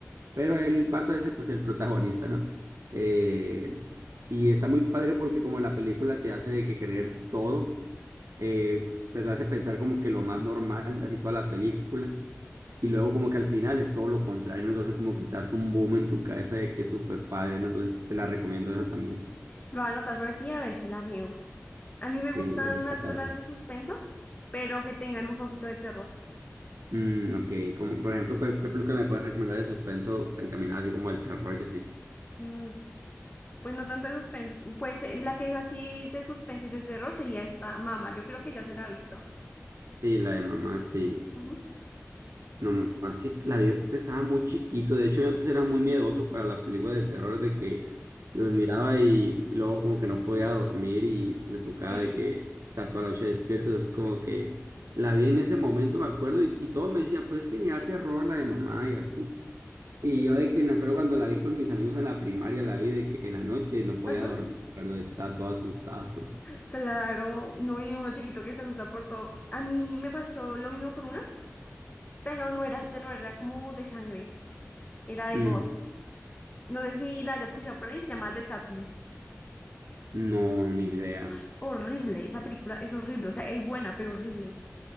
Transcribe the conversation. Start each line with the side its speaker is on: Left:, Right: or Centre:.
Right: Pero el vato ese, pues el protagonista, ¿no? Eh, y está muy padre porque como la película te hace de que creer todo, eh, pues, te hace pensar como que lo más normal, así toda la película, y luego como que al final es todo lo contrario, ¿no? Entonces como que te hace un boom en tu cabeza de que es súper padre, ¿no? Entonces te la recomiendo esa también.
Left: Lo voy a anotar por aquí a ver si la veo. A mí me
Right: Sí,
Left: gustan
Right: la verdad está
Left: harto
Right: padre.
Left: las de suspenso, pero que tengan un poquito de terror.
Right: Mm, ok, como por ejemplo, ¿qué, qué película me puedes recomendar de suspenso encaminada así como al terror y así?
Left: Mm, pues no tanto de suspenso. Pues eh, la que es así de suspenso y de terror sería esta Mama. Yo creo que ya se la ha visto.
Right: Sí, la de mamá, sí.
Left: Ujú.
Right: No, más que la vi, estaba muy chiquito. De hecho, yo antes era muy miedoso para la película de terror, de que los miraba y luego como que no podía dormir y me tocaba
Left: Sí.
Right: de que estar toda la noche despierto. Es como que la vi en ese momento, me acuerdo, y, y todos me decían, pues es que ni da terror la de mamá y así. Y yo de que me acuerdo cuando la vi con mis amigos en la primaria, la vi de que en la noche no podía
Left: Ajá,
Right: dormir, ¿verdad? Y estaba todo asustado. <laughs>
Left: claro, no, y uno chiquito que se asusta por todo. A mí me pasó lo mismo con una, pero no era de terror, era como de sangre, era de
Right: Mm,
Left: gore. No sé si la haya escuchado por ahí, se llama The Sadness.
Right: no, ni idea.
Left: Ay, horrible, esa película es horrible, o sea, es buena, pero horrible.